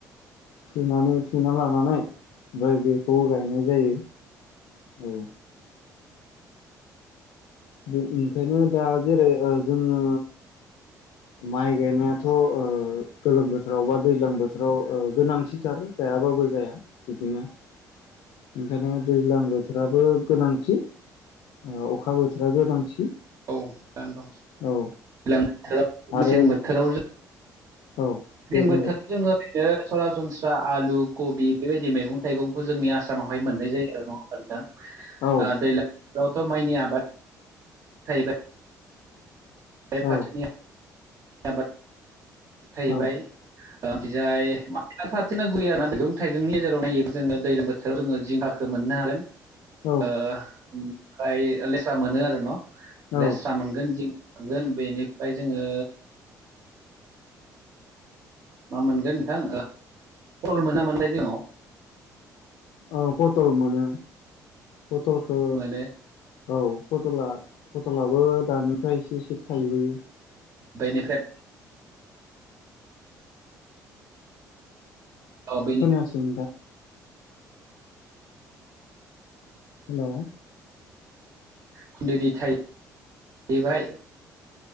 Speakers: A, on the left; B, on the right.
A: फुनानै फुना लानानै ओमफ्राय बेखौबो गायनाय जायो औ बे ओंखायनो दा जेरै जोङो माइ गायनायाथ' गोलोम बोथोराव बा दैज्लां बोथोराव गोनांसिथार गायाबाबो जाया बिदिनो
B: <unintelligible>
A: ओंखायनो दैज्लां बोथोराबो गोनांथि अखा बोथोरा गोनांथि
B: औ दानो दं दैज्लां
A: औ
B: बोथोराव
A: आरो
B: मेसें बोथोराव जों
A: औ दे
B: दैं बोथोराव
A: बुंलाय
B: जोङो ओरैनो सरासनस्रा आलु कबि बेबायदि मैगं थ थाइगंखौ जोंनि आसामावहाय मोननाय जायो आरो नङा मोनदों
A: औ
B: दैलां बेवथ' माइनि आबाद थाहैबाय बे फाथोनिबाद
A: औ
B: थैैबाय
A: औ
B: बिजाय मथ' हांनो गैयाना मैगं थाइगंनि गेजेराव नायो जो दैज्लां बोथोराव जोङो जिंगाखो मोनो ना हागोन ।
A: औ
B: ओ ओमफ्राय लेस्रा मोनो आरो न' लेस्रा
A: औ
B: मोनगोन जि थांगोन बेनिफ्राय जोङो मा मोनगोन नोंथां कल <unintelligible>
A: औ खथल मोनो बथलखौ
B: मोनो
A: औ बथला फथलाबो दानिफ्राय एसे एसे थाइबोयो
B: बेनिफ्राय औ बेनि
A: खोनायासै नोंथां हेल'
B: खुन्दलि थाय बाय